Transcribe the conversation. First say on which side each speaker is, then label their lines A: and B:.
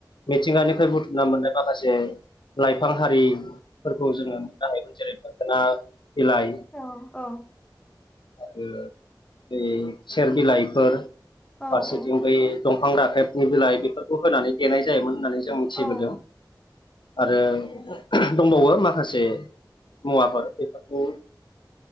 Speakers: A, on the left; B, on the left.
A: मिथिंगानिफ्राय बुथुमना मोननाय माखासे लाइफां हारिफोरखौ जोंङो गाहाय जेरै मोखोना बिलाइ।
B: औ औ
A: आरो बै सेर बिलाइफोर
B: औ
A: फारसेथिं बै दं फां राखेबनि बिलाइ बेफोरखौ होनानै देनाय जायोमोन होननानै जों मिथिबोदों।
B: औ
A: आरो दंबावो माखासे। मुवाफोर बेफोरखौ।